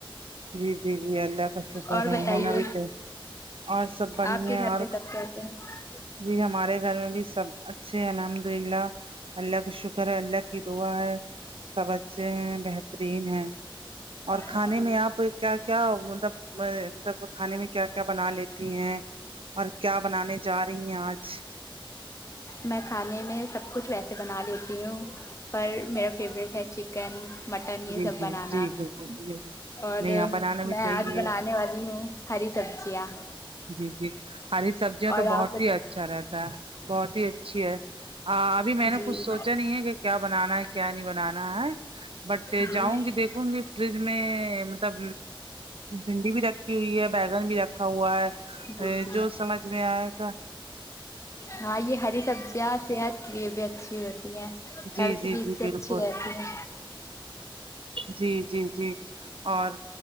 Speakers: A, on the right (about 80°); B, on the left (about 35°).
A: جی جی جی اللہ کا شکر
B: اور
A: ہے
B: بتائیے
A: ہونا بھی چاہیے اور سب بڑیھیا
B: آپ کے گھر
A: اور
B: پہ سب کیسے ہیں
A: جی ہمارے گھر میں بھی سب اچھے الحمد للہ اللہ کا شکر ہے اللہ کی دعا ہے سب اچھے ہیں بہترین ہیں اور کھانے
B: جی
A: میں آپ پ کیا کیا مطلب مطلب کھانے میں کیا کیا بنا لیتی ہیں اور کیا بنانے جا رہی ہیں آج
B: میں کھانے میں سب کچھ ویسے بنا لیتی ہوں پر میرا فیوریٹ ہے چک چکن مٹن
A: جی
B: یہ سب
A: جی
B: بنانا
A: جی بالکل جی جی
B: اور
A: نہیں ہاں بنانا بھی
B: میں
A: چاہیے
B: آج بنانے والی ہوں ہری سبزیاں
A: جی جی ہری سبزیاں تو
B: اور
A: بہت
B: آپ بتائیں
A: ہی اچھا رہتا ہے بہت ہی اچھی ہے ہاں ابھی میں نے
B: جی
A: کچھ سوچا نہیں ہے کہ کیا بنانا ہے کیا نہیں بنانا ہے بٹ
B: جی
A: جاؤں گی دیکھوں گی فریج میں مطلب بھنڈی بھی رکھی ہوئی ہے بیگن بھی رکھ رکھا ہوا ہے
B: جی جی
A: جو سمجھ میں آئے گا
B: ہاں یہ ہری سبزیاں صحت یہ بھی اچھی ہوتی ہیں
A: جی
B: ہیلتھ
A: جی
B: بھی اس
A: جی
B: سے
A: بالکل
B: اچھی رہتی ہیں
A: جی جی جی اور